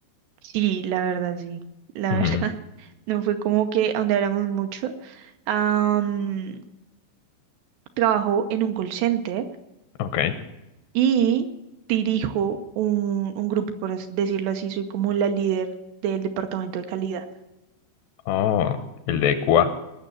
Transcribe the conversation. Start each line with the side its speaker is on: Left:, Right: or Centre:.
Right: sí, la verdad, sí, la
Left: Ujú,
Right: verdad, <laughs> no fue como que ahondáramos mucho. Am, trabajo en un call center.
Left: Ok.
Right: y dirijo un, un grupo, por as- decirlo así, soy como la líder del departamento de calidad.
Left: Oh, el de Cuba.